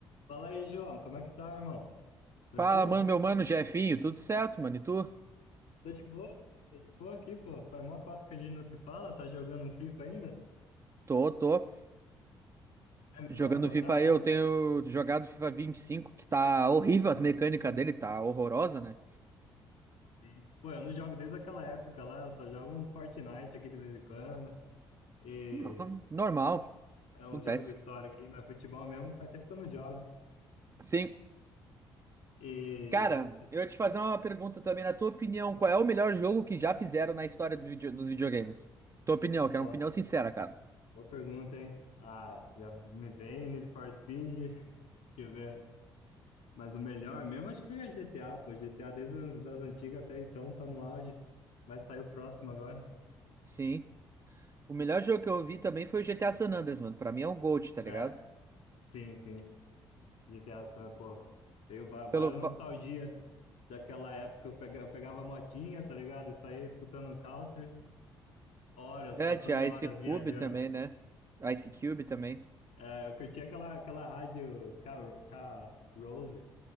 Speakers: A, on the left (about 60°); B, on the right (about 25°).
A: Fala aí, João, como é que tá, irmão? Tranquilo?
B: Fala, mano, meu mano, Jefinho, tudo certo, mano? E tu?
A: Tô de boa, tô de boa aqui, pô. Faz mó cota que a gente não se fala, tá jogando um FIFA ainda?
B: Tô, tô.
A: É mesmo,
B: Jogando
A: pô,
B: FIFA
A: da hora.
B: aí, eu tenho jogado FIFA vinte e cinco que tá horrível as mecânicas dele, tá horrorosa, né?
A: Sim. Pô, eu não jogo desde aquela época lá, eu só jogo um Fortnite aqui de vez em quando, e
B: Hum, Normal,
A: é uns
B: acontece.
A: jogos de história aqui, mas futebol mesmo faz tempo que eu não jogo.
B: Sim,
A: E,
B: cara,
A: se-
B: eu ia te fazer uma pergunta também, na tua opinião, qual é o melhor jogo que já fizeram na história do vídeo- dos videogames? Tua opinião, quero
A: pô,
B: uma opinião sincera, cara.
A: boa pergunta, hein? Ah, já me veio Need for Speed, deixa eu ver. Mas o melhor mesmo acho que é GTA, pô. GTA desde as das antigas até então tá no auge. Vai sair o próximo agora.
B: Sim. O melhor jogo que eu vi também foi o GTA San Andreas, mano. Pra mim é um GOAT, tá ligado?
A: É, sim, sim. GTA, San- pô. Tenho va- várias
B: Pelo fa...
A: nostalgias daquela época. Eu pega- eu pegava a motinha, tá ligado? E saía escutando um country. Horas,
B: É,
A: passando
B: tinha
A: horas
B: Ice Cube
A: viajando.
B: também, né? Ice Cube também.
A: É, eu curtia aquela, aquela rádio K-Ro- K-Rose